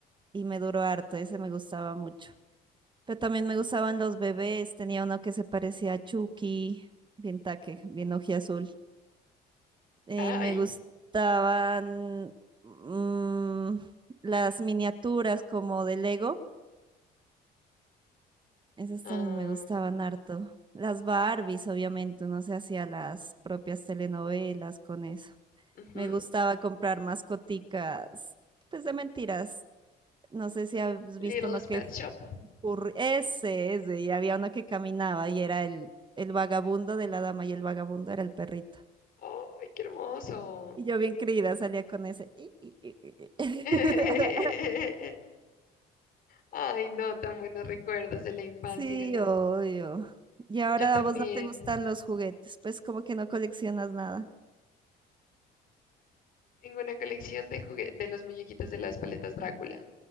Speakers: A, on the right; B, on the left.
A: y me duró harto, ese me gustaba mucho. Pero también me gustaban los bebés, tenía uno que se parecía a Chucky, bien taque, bien ojiazul. Eh,
B: Ay,
A: me gustaban mm, las miniaturas como de Lego. Esas
B: am,
A: también me gustaban harto. Las Barbies, obviamente, uno se hacía las propias telenovelas con eso.
B: ujú,
A: Me gustaba comprar mascoticas, pues de mentiras. No sé si has visto
B: Little
A: uno que...
B: Pet Shop.
A: furri- Ese, ese, y había uno que caminaba y era el, el vagabundo de la dama y el vagabundo era el perrito.
B: ¡Ay, qué hermoso!
A: Y yo bien creída salía con ese. "i, i, i, i, i".
B: <laughs>
A: <laughs>
B: Ay, no, tan buenos recuerdos de la infancia,
A: Sí,
B: ¿no?
A: obvio. Y ahora
B: Yo también
A: a vos no te gustan los juguetes, pues como que no coleccionas nada.
B: tengo una colección de jugue- de los muñequitos de las paletas Drácula.